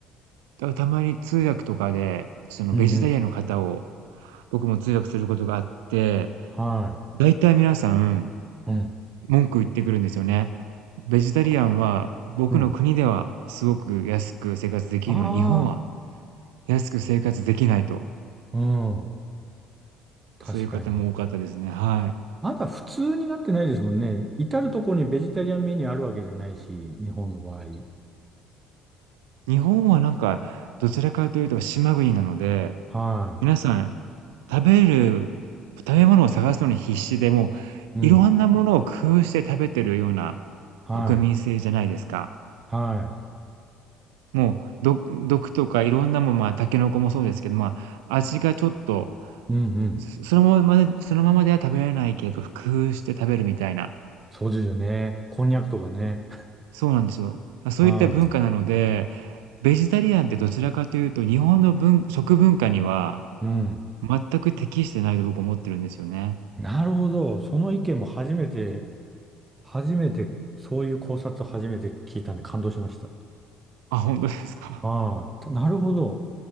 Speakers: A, on the right; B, on the right.
A: だからたまに通訳とかで、そのベジタリアンの方を
B: うんうん。
A: 僕も通訳することがあって、
B: は
A: だいたい皆さん
B: い。うん。
A: 文句言ってくるんですよね。ベジタリアンは僕の国ではすごく安く生活できるのに、
B: あ、うん。あ
A: 日本は安く生活できないと、
B: あ、うん。確かに。
A: そういう方も多かったですね。はい。
B: まだ普通になってないですもんね。至るところにベジタリアンメニューあるわけじゃないし、日本の場合。
A: 日本はなんか、どちらかというと島国なので、
B: はい。
A: 皆さん食べる食べ物を探すのに必死で、も
B: うん。
A: ういろんなものを工夫して食べてるような
B: はい。
A: 国民性じゃないですか。
B: はい。
A: もう、ど毒とかいろんなもん、まあ、タケノコもそうですけど、まあ、味がちょっと
B: うんうん。
A: そそのままでそのままでは食べられないけど、工夫して食べるみたいな。
B: そうですよね。こんにゃくとかね。
A: そうなんですよ。あ、そういった文化なので、
B: は
A: ベジタリアンってどちらかというと、日本の文食文化には
B: い。うん。
A: 全く適してないと僕思ってるんですよね。
B: なるほど。その意見も初めて、初めて、そういう考察を初めて聞いたんで感動しました。
A: あ、ほんとですか。
B: はい。なるほど。